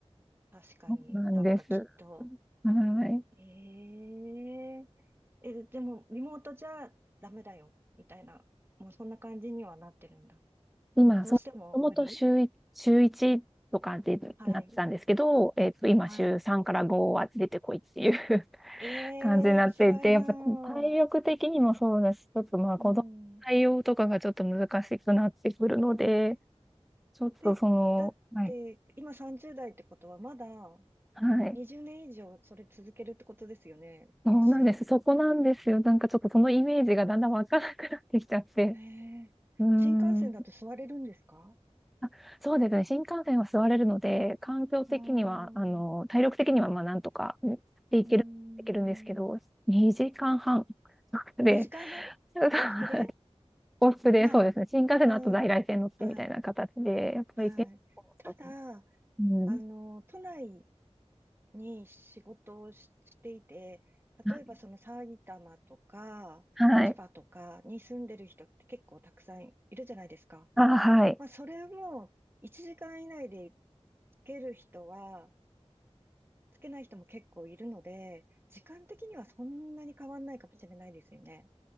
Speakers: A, on the right; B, in the centre.
A: 確かに、
B: そうなんです。
A: なんかきっと。
B: はい。
A: えええ、でも、リモートじゃダメだよ、みたいな、もうそんな感じにはなってるんだ。
B: 今、
A: どうしても無理
B: そう、もともと週一、週1とかでなってたんですけど、
A: はい、
B: えっと、今、
A: はい。
B: 週3から5は出てこいっていう
A: ええ辛いなー。
B: 感じになっていて、やっぱ体力的にもそうだし、ちょっとまあ子供の対応とかがちょっと難しくなってくるので、
A: うん、はい。
B: ちょっとその、
A: で、だって、
B: はい、
A: 今30代ってことは、まだ、
B: はい、
A: 20年以上それ続けるってことですよね。
B: そうなんです。
A: もし。
B: そこなんですよ。なんかちょっとそのイメージがだんだんわからなくなってきちゃって。
A: へえ。
B: うーん。
A: 新幹線だと座れるんですか
B: あ、そうですね。新幹線は座れるので、環境的には、
A: ああー、
B: あの、
A: う
B: 体力的にはまあなんとかでいける、
A: ーん。
B: できるんですけど、2時間半で、
A: 2時間半
B: <laughs>
A: 往復で
B: 往復で、
A: まあ、
B: そうですね。新幹線の後在来線乗ってみたいな形で、
A: うん、はい、
B: やっぱり結構、
A: はい。ただ、
B: その、うん。
A: あの、都内に仕事をし、していて、
B: な
A: 例えばその埼玉とか、
B: はい。
A: 千葉とかに住んでる人って結構たくさんいるじゃないですか。
B: あ、はい。
A: まあ、それも1時間以内でつける人は、つけない人も結構いるので、時間的にはそんなに変わんないかもしれないですよね。